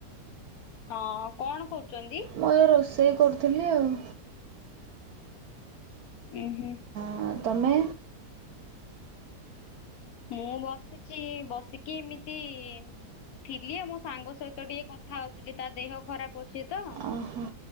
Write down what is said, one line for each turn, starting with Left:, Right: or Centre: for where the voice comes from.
Left: ହଁ କଣ କରୁଚନ୍ତି?
Right: ମୁଁ ଏ ରୋଷେଇ କରୁଥିଲି ଆଉ
Left: ଉୁଁ ହୁଁ।
Right: ହ ତମେ
Left: ମୁଁ ବସିଛି ବସିକି ଏମିତି ଥିଲି ମୋ ସାଙ୍ଗ ସହିତ ଟିକେ କଥା ହଉଥିଲି ତା ଦେହ ଖରାପ ଅଛି ତ।
Right: ଓହୋ।